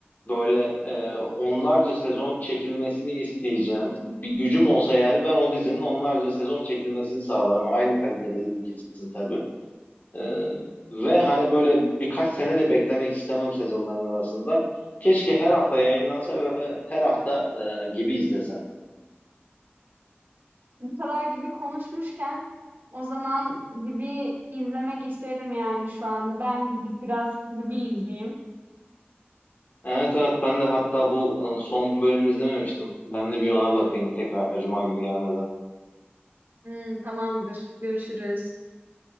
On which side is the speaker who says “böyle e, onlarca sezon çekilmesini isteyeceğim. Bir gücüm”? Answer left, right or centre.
Left